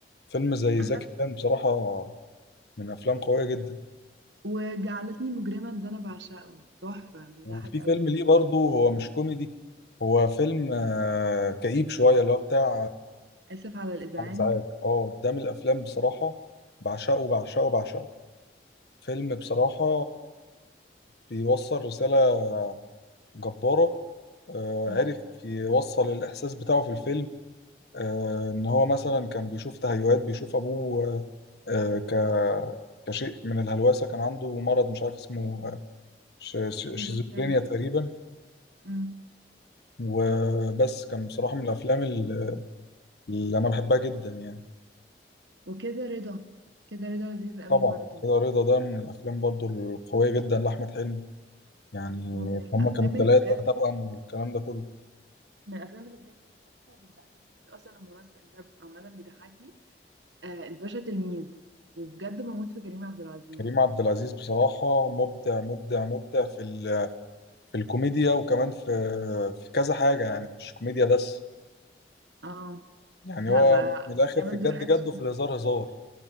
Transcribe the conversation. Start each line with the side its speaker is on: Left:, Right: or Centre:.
Left: فيلم زي
Right: احمد
Left: زكي كان بصراحه من افلام قويه جدا
Right: وجعلتني مجرما ده انا بعشقه تحفة بيضحك
Left: وفي
Right: قوي
Left: فيلم ليه برضه هو مش كوميدي هو فيلم آه، كئيب شويه اللي هو بتاع
Right: اسف على الازعاج
Left: على ازعاج اه ده من الافلام بصراحه
Right: مم.
Left: بعشقه بعشقه بعشقه فيلم بصراحه بيوصل رساله جباره آه
Right: مم.
Left: عرف يوصل الاحساس بتاعه في الفيلم آه ان هو مثلا كان بيشوف تهيؤات بيشوف ابوه آه ك كشيء من الهلوسه كان عنده مرض مش عارف اسمه آه، ش- ش-
Right: سكيزوفرينيا
Left: شيزوفرينيا تقريبا
Right: مم.
Left: وبس كان بصراحه من الافلام اللي اللي انا بحبها جدا يعني
Right: وكده رضا كده رضا لذيذ قوي
Left: طبعا
Right: برضو
Left: كده رضا ده من الافلام برضو القويه جدا لاحمد حلمي يعني
Right: ومن الافلام
Left: هما كانوا
Right: اللي
Left: ثلاثة
Right: بجد
Left: توأم والكلام ده كله
Right: من الافلام اللي بجد تحفه وبتضحكني قوي اصلا الممثل ده عامه بيضحكني آه الباشا تلميذ وبجد بموت في كريم عبد العزيز
Left: كريم عبد العزيز بصراحة مبدع مبدع مبدع في ال... في الكوميديا وكمان في في كذا حاجة يعني مش كوميديا بس
Right: اه
Left: يعني
Right: لا
Left: هو
Right: بقى
Left: من الآخر
Right: بيعمل
Left: في الجد
Right: دور اكشن
Left: جد وفي الهزار هزار